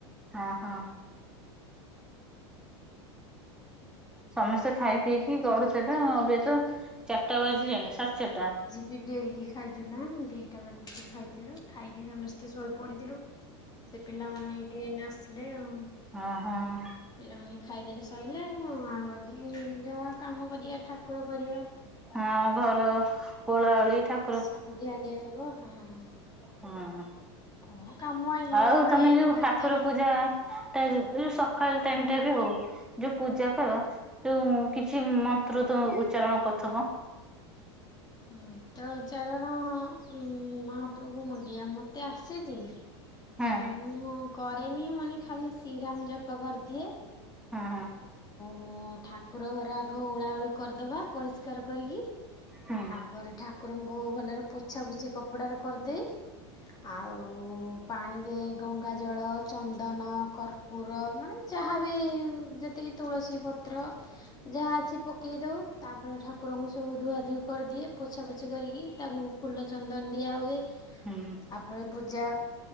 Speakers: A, in the centre; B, on the left.
A: ହଁ ହଁ। ସମସ୍ତେ ଖାଇ ପିଇକି ଗଡୁଥି <unintelligible> ଏବେ ତ ଚାରିଟା ବାଜିଲାଣି ସାଢେଟା।
B: ଭିଡ଼ିଓ <unintelligible> ଖାଇଚୁନା ଦିଟା ବାଜିଚି ଖାଇଥିଲୁ ଖାଇକି ସମସ୍ତେ ଶୋଇ ପଡିଥିଲୁ। ସେ ପିଲାମାନେ ଏଇଠି ଏଇନା ଆସିଲେ ଆଉ
A: ଆ ହାଁ।
B: ପିଲାମାନେ ଖାଇଦେଲେ ସହିଲା <unintelligible> ଆଉ ଯାହା କାମ କରିବା ଠାକୁର କରିବା।
A: ଆଉ ଘର ଓଳାଓଳି ଠାକୁ
B: ସନ୍ଧ୍ୟା ଦିଆ ହବ ହଁ ହଁ।
A: ହୁଁ
B: କଣ କାମ ଏଇନେ
A: ଆଉ
B: ଓଳାଏ
A: ତମେ
B: ଘରଦ୍ୱାର
A: ଯୋଉ ଠାକୁର ପୂଜା ତା ଯୋଉ ସକାଳ ଟାଇମ ଟା <unintelligible> ଯୋଉ ପୂଜା କର ଯୋଉ କିଛି ମନ୍ତ୍ର ତ ଉଚ୍ଚାରଣ କରୁଥବ?
B: ମନ୍ତ୍ର ଉଚ୍ଚାରଣ ମହାପ୍ରଭକୁ ମୁଣ୍ଡିଆ ମୋତେ ଆସିନି।
A: ହଁ
B: କିନ୍ତୁ ମୁଁ କରେନି ମାନେ ଖାଲି ଶ୍ରୀରାମ ଜପ କରିଦିଏ।
A: ହୁଁ ହଁ।
B: ମୁଁ ଠାକୁର ଘର ଆଗ ଓଳାଓଳି କରିଦେବା ପରିଷ୍କାର କରିକି
A: ହୁଁ
B: ତାପରେ ଠାକୁରଙ୍କୁ ଭଲରେ ପୋଛା ପୋଛି କପଡ଼ାରେ କରିଦେଏ। ଆଉ ପାଣିରେ ଗଙ୍ଗା ଜଳ ଚନ୍ଦନ କର୍ ପୁର ମାନେ ଯାହାବି ଯେତିକି ତୁଳସୀ ପତ୍ର ଯାହା ଅଛି ପକେଇ ଦଉ ତାପରେ ଠାକୁରଙ୍କୁ ସବୁ ଧୁଆ ଧୁଇ କର୍ଦିଏ ପୋଛା ପୋଛି କରିକି ତାଙ୍କୁ ଫୁଲ ଚନ୍ଦନ୍ ଦିଆହୁଏ
A: ହୁଁ
B: ଆପରେ ପୂଜା